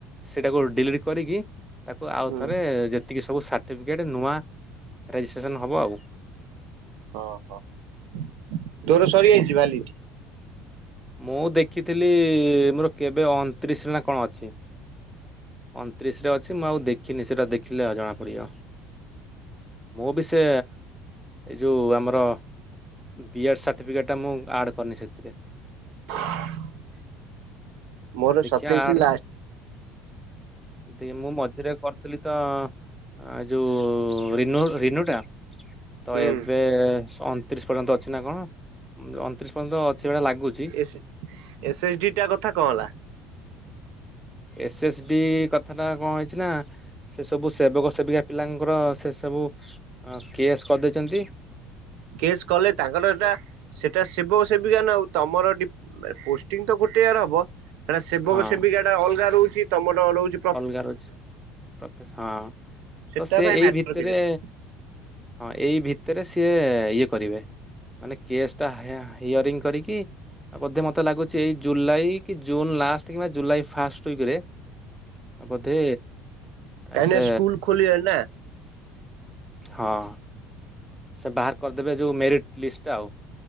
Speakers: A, in the centre; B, on the right.
A: ସେଟାକୁ ଡିଲିଟ୍ କରିକି ତାକୁ ଆଉ
B: ହୁଁ
A: ଥରେ ଯେତିକି ସବୁ ସା ର୍ଟିଫିକେଟ୍ ନୂଆ ରେଜିଷ୍ଟ୍ରେସନ ହବ ଆଉ।
B: ଓହୋ ତୋର ସରିଯାଇଚି ଭାଲିଡିଟି?
A: ମୁଁ ଦେଖିଥିଲି ମୋର କେବେ ଅଣତିରିଶ ନା କଣ ଅଛି। ଅଣତିରିଶରେ ଅଛି ମୁଁ ଆଉ ଦେଖିନି ସେଟା ଦେଖିଲେ ଜଣାପଡିବ। ମୁଁ ବି ସେ ଏ ଯୋଉ ଆମର ବିଏଡ୍ ସାର୍ଟିଫିକେଟ୍ ଟା ମୁଁ ଆଡ୍ କରିନି ସେଥିରେ।
B: <inaudible> ମୋର
A: ଦେଖିଆ
B: ସତେଇଶି
A: ଆଡ୍ ଦେ ମୁଁ ମଝିରେ କରିଥିଲି ତ ଆ ଯୋଉ ରିନୁ ରିନୁଟା ତ
B: ହୁଁ।
A: ଏବେ ସ‌ଁ ଅଣତିରିଶ ପର୍ଯ୍ୟନ୍ତ ଅ ଛି ନା କଣ ଅଣତିରିଶ ପର୍ଯ୍ୟନ୍ତ ଅଛି ଭଳିଆ ଲାଗୁଚି।
B: ଏସି ଏସ୍ ଏସ୍ ଡି ଟା କଥା କଣ ହେଲା।
A: ଏସ୍ ଏସ୍ ଡି କଥାଟା କଣ ହେଇଚି ନା ସେ ସବୁ ସେବକ ସେବିକା ପିଲାଙ୍କର ସେ ସବୁ କେୱାଇସି କରିଦେଇଚନ୍ତି।
B: କେସେ କଲେ ତାଙ୍କର ଏଟା ସେଟା ସେବକ ସେବିକା ନା ଆଉ ତମର ଡିପ୍ ପୋଷ୍ଟିଙ୍ଗ ତ ଗୋଟେ ଜାଗାରେ ହବ। ହେରା ସେବକ
A: ହଁ
B: ସେବିକା ଟା ଅଲଗା ରହୁଚି। ତମଡ ରହୁଚି‌
A: ଅଲଗାର ଅଛି ହଁ
B: ସେଟା
A: ତ ସେ
B: ପାଇଁ
A: ଏଇ
B: ମ୍ୟାଟର
A: ଭିତରେ
B: କିଛି ନାହିଁ।
A: ହଁ ଏଇ ଭିତରେ ସିଏ ଇଏ କରିବେ। ମାନେ କେୱାଇସିଟା ହାୟା-ହାୟରିଂ କରିକି ଆଉ ବୋଧେ ମତେ ଲାଗୁଚି ଏଇ ଜୁଲାଇ କି ଜୁନ ଲାଷ୍ଟ କିମ୍ବା ଜୁଲାଇ ଫାଷ୍ଟ ଉଇକିରେ ଆ ବୋଧେ
B: କାହିଁକିନା
A: ଆ ସେ
B: ସ୍କୁଲ ଖୋଲିଲାଣି ନା
A: ହଁ। ସେ ବାହାର କରିଦେବେ ଯୋଉ ମେରିଟ୍ ଲିଷ୍ଟଟା ଆଉ।